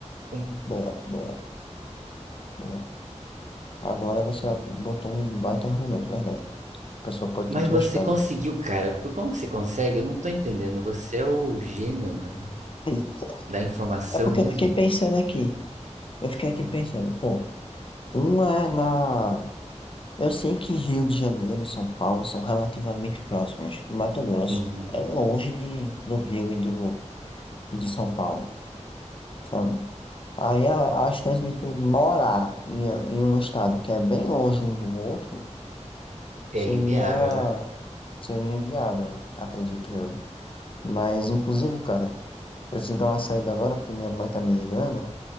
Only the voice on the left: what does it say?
boa, boa, boa. Agora você botou um baita argumento, verdade. A pessoa pode
ter duas
casas.
<laughs>
É porque
eu fiquei pensando aqui. Eu fiquei aqui pensando, pô, um é na. Eu sei que Rio de Janeiro e São Paulo são relativamente próximas. E Mato Grosso
é longe de, do Rio e, do, e de São Paulo, sabe? Aí a, a chance de tu morar em, em um estado que é bem longe um do outro
seria,
seria inviável, acredito eu. Mas, inclusive, cara, eu preciso dar uma saída agora porque minha mãe tá me ligando.